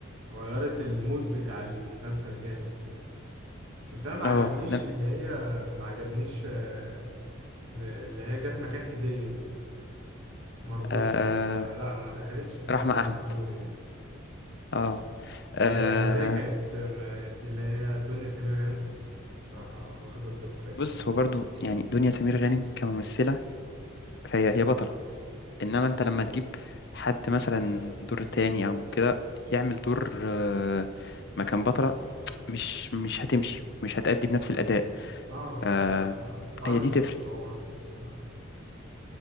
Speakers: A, on the right; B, on the left.
A: غيرت المود بتاع المسلسل جامد كده بس انا ما عجبنيش
B: اه نم-
A: اللي هي ما عجبنيش آه، م- اللي هي جت مكان هدية دي مربوحة
B: آه،
A: دي ما لا ما دخلتش الصراحة
B: رحمه احمد
A: من زوري يعني
B: اه آه،
A: هي هدية كانت آه، دي اللي هي دنيا سمير غانم كانت الصراحة واخدة الدور كويس
B: بص
A: أوي يعني
B: هو برضو يعني دنيا سمير غانم كممثله فهي هي بطله انما انت
A: م.
B: لما تجيب حد مثلا دور تاني او كده يعمل دور آه، مكان بطله مش مش هتمشي مش هتأدي بنفس الاداء
A: اه
B: آه،
A: ما ما اقتنعتش
B: هي دي تفرق
A: بالحوار ده الصراحة